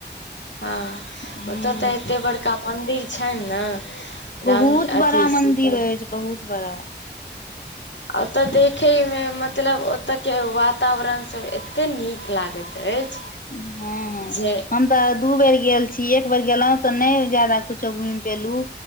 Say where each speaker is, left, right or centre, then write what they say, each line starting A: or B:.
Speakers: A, on the left; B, on the left.
A: हँ
B: हूँ
A: ओतय तऽ एते बड़का मन्दिर छैन ने।
B: बहुत
A: राम अथी
B: बड़ा मंदिर
A: सीता
B: अछि बहुत बड़ा
A: ओत देखय मे मतलब ओत के वातावरण सभ एतेक नीक लागति अछि
B: हँ हँ
A: जे
B: हम तऽ दू बेर गेल छी एक बेर गेलौं तऽ नय जादा कुछ घुमि क पेलू